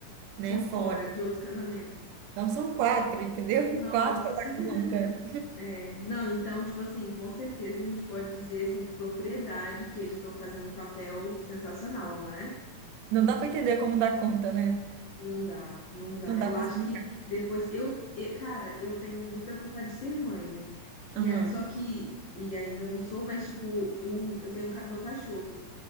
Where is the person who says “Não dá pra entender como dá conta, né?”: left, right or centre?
Right